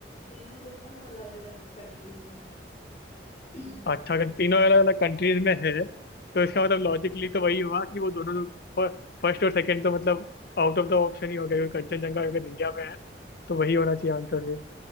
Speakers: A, on the left; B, on the left.
A: तीनों जो है वो अलग अलग कंट्रीज में है <clears throat>
B: अच्छा अगर तीनों अलग अलग कंट्रीज में है तो इसका मतलब लॉजिकली तो वही हुआ कि वो दोनों फर्स्ट और सेकंड तो मतलब आउट ऑफ द ऑप्शन ही हो गया क्योंकि कंचनजंगा अगर इंडिया में है तो वही होना चाहिए आंसर फिर